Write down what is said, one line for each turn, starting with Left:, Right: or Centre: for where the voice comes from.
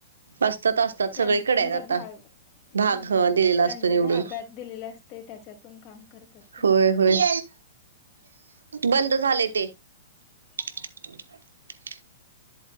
Left: <inaudible>
Right: असतात असतात
Left: त्यां
Right: सगळीकडे
Left: त्यांचा
Right: आहेत आता
Left: भाग हम्म
Right: भाग ह दिलेला
Left: त्यांच्या
Right: असतो निवडून
Left: भागात दिलेला असत. ते त्याच्यातून काम करतात ते
Right: होय होय बंद झाले ते-
Left: ह
Right: <inaudible>